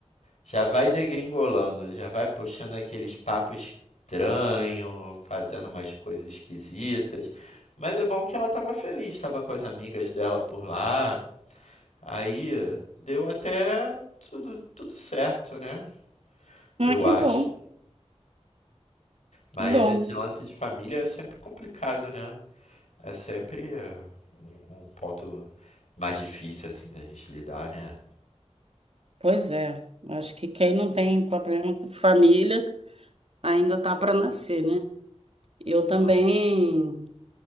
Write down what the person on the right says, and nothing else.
Ah,
que
bom,
que bom.
Pois é, acho que quem não tem problema com família ainda tá para nascer, né? Eu também